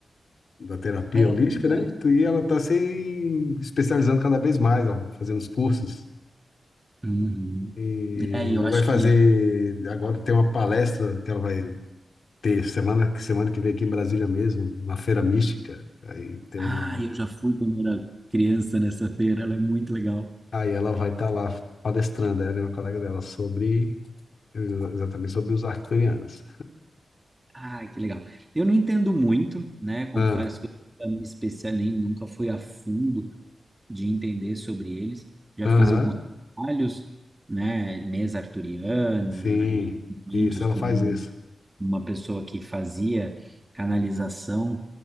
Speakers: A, on the left (about 65°); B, on the right (about 20°).
A: da terapia
B: É,
A: holística,
B: verdade.
A: né? E ela está se especializando cada vez mais, ó, fazendo os cursos.
B: Uhum.
A: E
B: É, e eu acho
A: vai fazer,
B: que.
A: agora tem uma palestra que ela vai ter semana semana que vem aqui em Brasília mesmo, na Feira Mística. Aí tem
B: Ah,
A: uma,
B: eu já fui quando era criança nessa feira, ela é muito legal.
A: aí ela vai estar lá palestrando, ela e uma colega dela sobre exatamente sobre os arcturianos.
B: Ai, que legal. Eu não entendo muito, né? Confesso
A: Ah,
B: que eu nunca me especial nem nunca fui a fundo de entender sobre eles. Já
A: aham,
B: fiz alguns trabalhos, né? Mesa arturiana
A: sim.
B: e eventos
A: Isso, ela
B: com
A: faz isso.
B: uma pessoa que fazia canalização,